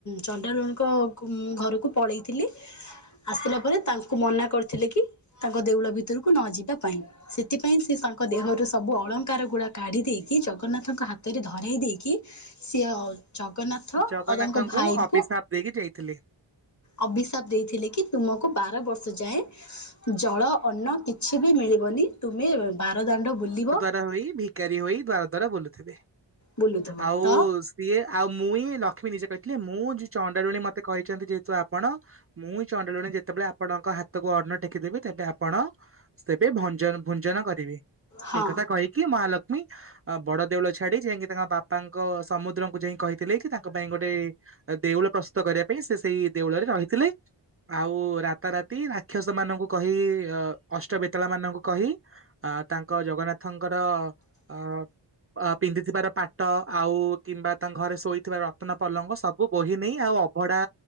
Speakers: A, on the left (about 40°); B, on the right (about 30°).
A: ଚଣ୍ଡାଲୁଣୀଙ୍କ ଘରକୁ ପଳେଇଥିଲେ ଆସିଲା ପରେ, ତାଙ୍କୁ ମନା କରିଥିଲେକି, ତାଙ୍କ ଦେଉଳ ଭିତରକୁ ନଯିବାପାଇଁ। ସେଥିପାଇଁ ସେ ତାଙ୍କ ଦେହରୁ ସବୁ ଅଳଙ୍କାର ଗୁଡା କାଢି ଦେଇକି, ଜଗନ୍ନାଥଙ୍କ ହାତରେ ଧରେଇ ଦେଇକି ସିଏ ଜଗନ୍ନାଥ,
B: ଜଗନ୍ନାଥଙ୍କୁ
A: ଆଉ ତାଙ୍କ ଭାଇଙ୍କୁ,
B: ଅଭିଶାପ ଦେଇକି ଯାଇଥିଲେ
A: ଅବି ଅଭିଶାପ ଦେଇଥିଲେ କି, ତୁମକୁ ବାରବର୍ଷ ଯାଏଁ ଜଳ ଅନ୍ନ କିଛିବି ମିଳିବନି, ତୁମେ ବାରଦାଣ୍ଡ ବୁଲିବ
B: <unintelligible> ଭିକାରିହୋଇ ବାର ଦୁଆର ବୁଲୁଥିବେ,
A: ବୁଲୁଥିବ
B: ଆଉ
A: ତ
B: ସିଏ ଆଉ ମୁଇଁ ଲ ଲକ୍ଷ୍ମୀ ନିଜେ କହିଥିଲେ, ମୁଁ ଯି ଚଣ୍ଡାଳୁଣୀ ମତେ କହିଚନ୍ତି, ଯେହେତୁ ଆପଣ ମୁଁ ଚଣ୍ଡାଲୁଣୀ ଯେତେବେଳେ ଆପଣଙ୍କ ହାତକୁ ଅନ୍ନ ଟେକିଦେବି, ତେବେ ଆ ଆପଣ, ସେବେ ଭଞ୍ଜନ ଭୁଞ୍ଜନ କରିବେ।
A: ହଁ
B: ଏଇକଥା କହିକି, ମହାଲକ୍ଷ୍ମୀ ବଡଦେଉଳ ଛାଡି ଯାଇକି ତାଙ୍କ ବାପାଙ୍କ ସମୁଦ୍ରଙ୍କୁ ଯାଇ କହି ଥିଲେ କି, ତାଙ୍କ ପାଇଁ ଗୋଟେ ଦେଉଳ ପ୍ରସ୍ତୁତ କରିବା ପାଇଁ, ସେ ସେଇ ଦେଉଳରେ ରହିଥିଲେ। ଆଉ ରାତାରାତି ରାକ୍ଷସ ମାନଙ୍କୁ କହି, ଅଷ୍ଟବେତାଳ ମାନଙ୍କୁ କହି ଅ ତାଙ୍କ, ଜଗନ୍ନାଥଙ୍କର ଅ ଅ ପିନ୍ଧିଥିବାର ପାଟ, ଆଉ କିମ୍ବା ତାଙ୍କ ଘରେ ଶୋଇଥିବାର ରତ୍ନ ପଲଙ୍କ ସବୁ ବୋହି ନେଇ, ଆଉ ଅଭଢା,